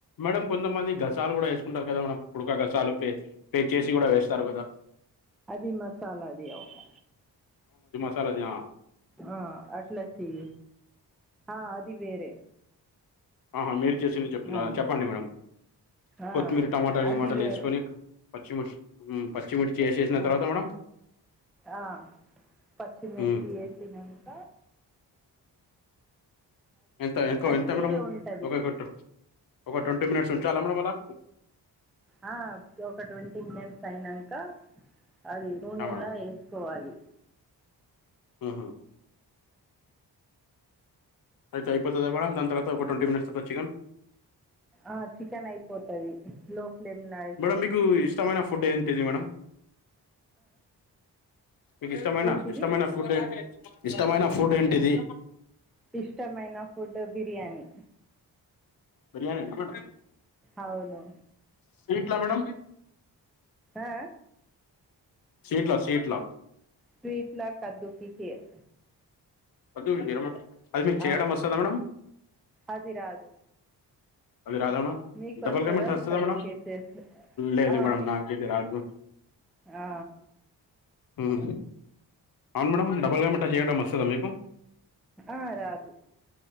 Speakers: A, on the left; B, in the centre.
A: మేడడం కొంతమంది గసాలు కూడా వేసుకుంటారు కదా మేడ కుడకా గసాలు పే పే చేసి కూడా వేస్తారు కదా
B: అది మసాలాది అవు
A: సాలది ఆ
B: ఆ అట్లా చెయి ఆ అది వేరే
A: ఆహ మీర్ చేసింది చెప్తున్న
B: ఆ!
A: చెప్పండి మేడం
B: ఆ!
A: కొత్తిమీర టమాటాలుమాటలు
B: అది వేరే
A: వేసుకొని పచ్చిమీర్ ఉమ్ పచ్చిమిర్చి వేసేసిన
B: ఆ!
A: తర్వాత మేడం
B: ఆ పచ్చిమిర్చి
A: ఉమ్,
B: వేసినక
A: ఎంత ఇంకో
B: అది
A: ఇంత
B: వేరే
A: మేడం
B: ఉంటుంది
A: ఒకక ఒక ట్వంటీ మినిట్స్ ఉంచాలా మేడమ్ అలా
B: ఆ ఒక ట్వంటీ మినిట్స్ అయినంక అది నూనెలా
A: ఆ మేడం
B: వేసుకోవాలి
A: ఉహు అయితే అయిపోతుందా మేడం దాని తర్వాత ఒక ట్వంటీ మినిట్స్ తవాత చికన్
B: ఆ చికెన్ అయిపోతది లో ఫ్లేమ్లో వేసుకొని
A: మేడంమ్ మీకు ఇష్టమైన ఫుడ్ ఏంటిది మేడంమ్ మీకు ఇష్టమైన
B: ఏంటిది
A: ఇష్టమైన ఫుడ్ ఏంటి ఇష్టమైన ఫుడ్ ఏంటిది
B: ఇష్టమైన ఫుడ్ బిర్యానీ
A: బిర్యానీ నేనా మేడం
B: అవును
A: స్వీట్లా మేడం
B: ఆ
A: స్వీట్లా స్వీట్లా
B: స్వీట్లా కద్దుూకిర్
A: వద్దు విరమ అది మీకు చేయడం
B: అవును
A: వస్తుందా మేడం
B: అది రాదు
A: అది రాదా మేడం
B: మీకు
A: డబల్
B: వస్తుంద
A: పేమెంట్ వస్తుందా
B: కదు
A: మేడం
B: కేేస
A: లేదు
B: ఆ
A: మేడం నాకు ఇది రాదు
B: ఆ
A: ఉహు అవును మేడంమ్ డబుల్కమిట చేయడం వస్తుందా మీకు
B: ఆ రాదు